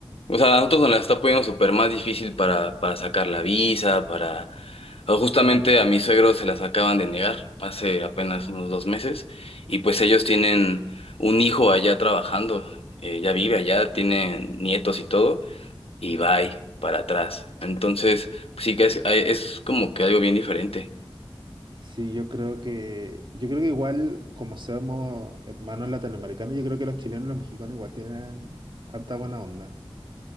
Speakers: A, on the left; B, on the right.
A: O sea, a nosotros nos la está poniendo súper más difícil para, para sacar la visa, para O Justamente
B: Mm,
A: a mis suegros se las acaban de negar hace apenas unos dos meses y pues ellos tienen un hijo allá trabajando, eh, ya vive allá, tiene nietos y todo y va ahí para atrás. Entonces, pues, sí que es, es como que algo bien diferente.
B: Sí, yo creo que, yo creo que igual, como somos hermanos latinoamericanos, yo creo que los chilenos y los mexicanos igual tienen harta buena onda.